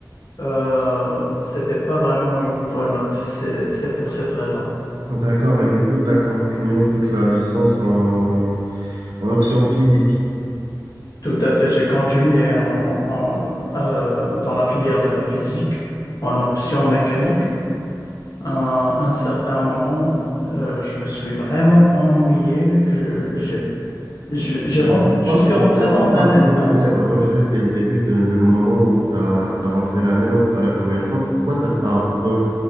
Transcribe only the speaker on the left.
euh, c'était pas vraiment une bonne note. C'est, c'est pour cette raison.
Tout à fait, j'ai continué en- en- euh, dans la filière de la physique en option mécanique. À un certain moment, euh, je me suis vraiment ennuyé. Je- j'ai je, je
rentre,
je suis
rentré
dans un
état.